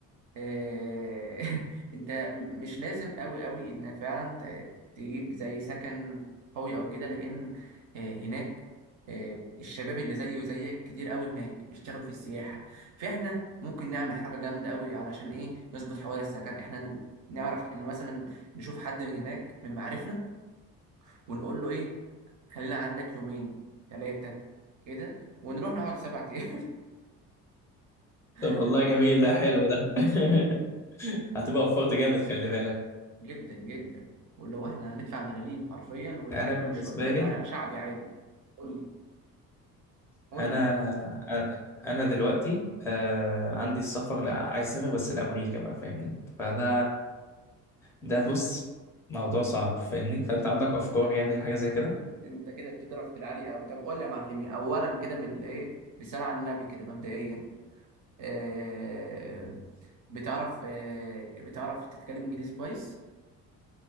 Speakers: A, on the right; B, in the centre.
A: آه، <laughs> انت م- مش لازم قوي قوي ان فعلا ت- تجيب زي سكن قوي او كده لان آه، هناك آه، الشباب اللي زيي وزيك كتير قوي هناك بيشتغلوا في السياحة فاحنا ممكن نعمل حاجة جامدة قوي علشان ايه نظبط حوار السكن احنا ن- نعرف ان مثلا نشوف حد من هناك من معارفنا ونقول له ايه خلينا عندك يومين ثلاثة كده ونروح نقعد سبع ايام
B: طب
A: <laughs>
B: والله جميل ده حلو ده <laughs> هتبقى وفرت جامد خلي بالك
A: جدا جدا واللي هو احنا هندفع ملاليم حرفيا والاكل
B: انا بالنسبه
A: والشرب هيبقى
B: لي
A: شعبي عادي قول لي قول
B: انا
A: لي
B: انا أنا دلوقتي آه عندي السفر لا عايز اسافر بس لامريكا بقى فاهمني فده ده بص موضوع صعب فاهمني فانت عندك افكار
A: انت
B: يعني لحاجه زي كده
A: انت كده بتضرب في العالي قوي طب قول لي يا معلمي اولا كده بال ايه بالصلاه على النبي كده مبدئيا آه بتعرف آه بتعرف تتكلم انجليزي كويس